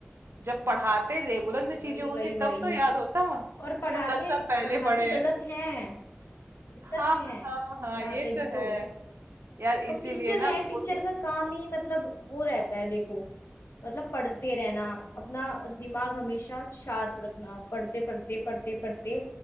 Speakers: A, on the right (about 80°); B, on the left (about 85°).
A: जब पढ़ाते रेगुलर में चीजें
B: वही
A: होती
B: वही वही
A: तब तो याद होता
B: और पढ़ाते
A: वो दस साल पहले
B: पढ़ाते
A: पढ़े
B: गलत
A: हैं
B: हैं गलत
A: हाँ
B: हैं
A: हाँ हाँ
B: पढ़ाते
A: ये
B: भी
A: तो
B: तो
A: है यार
B: और
A: इसीलिए
B: टीचर
A: ना
B: है
A: कोई
B: टीचर का काम ही मतलब वो रहता है देखो मतलब पढ़ते रहना अपना दिमाग हमेशा शार्प रखना पढ़ते पढ़ते पढ़ते पढ़ते